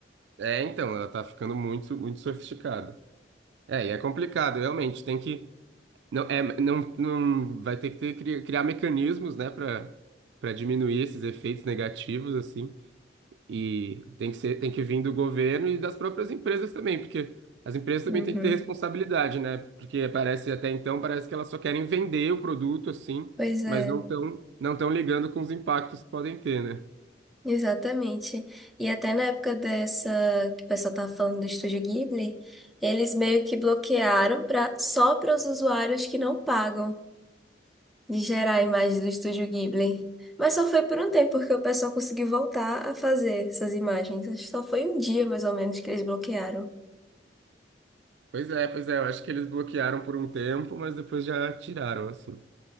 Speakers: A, on the right; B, in the centre.
A: É, então, ela tá ficando muito, muito sofisticada. É, e é complicado, realmente, tem que não é não, não vai ter que ter- criar, criar mecanismos, né, Pra para diminuir esses efeitos negativos assim. E tem que ser, tem que vir do governo e das próprias empresas também, porque as empresas também
B: Uhum.
A: têm que ter responsabilidade, né? Porque parece até então, parece que elas só querem vender o produto assim,
B: Pois é.
A: mas não estão não tão ligando com os impactos que podem ter, né?
B: Exatamente. E até na época dessa que o pessoal tava falando do Estúdio Ghibli, eles meio que bloquearam para só para os usuários que não pagam de gerar a imagem do Estúdio Ghibli. Mas só foi por um tempo porque o pessoal conseguiu voltar a fazer essas imagens. Acho que só foi um dia mais ou menos que eles bloquearam.
A: Pois é, pois é, eu acho que eles bloquearam por um tempo, mas depois já tiraram, assim.